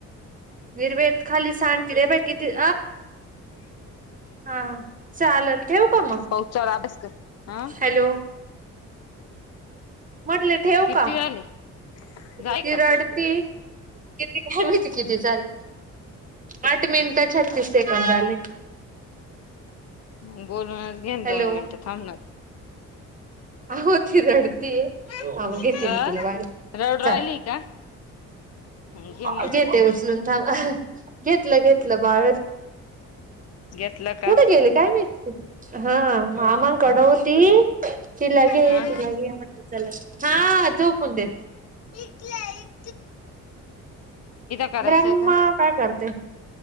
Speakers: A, on the right (about 25°); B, on the left (about 55°).
A: निर्वेद खाली सांडचील हे बघ किती. हा चालेल ठेवू का मग
B: हो चल अभ्यास कर. आ?
A: हॅलो म्हंटले ठेवू
B: किती
A: का?
B: झाले जाय
A: ती
B: का
A: रडती किती काय माहित. किती झाले. आठ मिनिट छत्तीस सेकंद झाले.
B: मग बोलूनच घेन
A: हॅलो
B: दोन मिनिटं थांब ना ती.
A: आहो ती रडतीये
B: अ
A: <unintelligible> घेते मी तिला बाय,
B: रडू राहिली
A: चाल.
B: का घे मग
A: घेते उचलून थांब, घेतलं घेतलं बाळ.
B: घेतलं का
A: कुठे गेले काय माहिती ते, हा. मामानकडं होती. तिला घे
B: हा
A: तिला घे म्हटलं. चला हा झोपून देत.
B: एक लै <unintelligible> करायचंय
A: ब्रह्मा
B: का
A: काय करते.